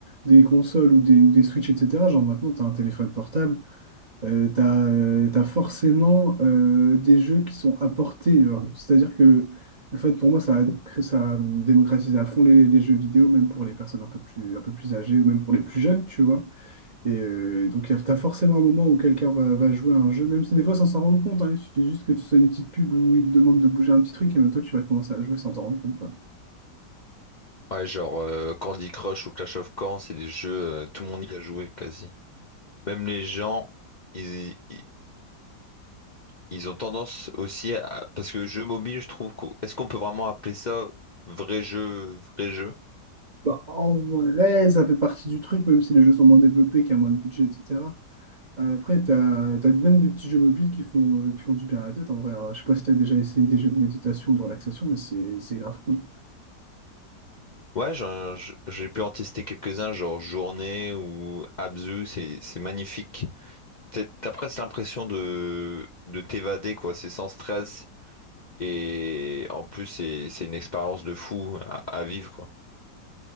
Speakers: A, on the right (about 45°); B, on the left (about 45°).
A: des consoles ou des, ou des Switch, etc. Genre, maintenant, t'as un téléphone portable. Euh, t'as, euh, t'as forcément euh, des jeux qui sont apportés. genre. C'est-à-dire que le fait, pour moi, ça a, cré- ça a démocratisé à fond les, les jeux vidéo, même pour les personnes un peu plus, un peu plus âgées ou même pour les plus jeunes, tu vois. Et euh, donc, y a- t'as forcément un moment où quelqu'un va, va jouer à un jeu, même si des fois, sans s'en rendre compte. hein. il suffit juste que tu sois une petite pub où il te demande de bouger un petit truc et même toi, tu vas commencer à jouer sans t'en rendre compte, quoi.
B: Ouais, genre euh, Candy Crush ou Clash of Clans, c'est des jeux, euh, tout le monde y a joué quasi. Même les gens, ils, ils, ils ont tendance aussi à... Parce que jeu mobile, je trouve... qu'au- Est-ce qu'on peut vraiment appeler ça vrai jeu, vrai jeu?
A: Bah, en vrai, ça fait partie du truc, même si les jeux sont moins développés, qu'il y a moins de budget, etc. Euh, Après, tu as, même des petits jeux mobiles qui font, euh, qui font du bien à la tête, en vrai. hein. Je sais pas si tu as déjà essayé des jeux de méditation, de relaxation, mais c'est c'est grave cool.
B: Ouais, j'en- j- j'ai pu en tester quelques-uns, genre Journée ou Abzu, c'est c'est magnifique. T'es- T'as presque l'impression de, de t'évader, quoi. C'est sans stress. Et en plus, c'est c'est une expérience de fou à, à vivre, quoi.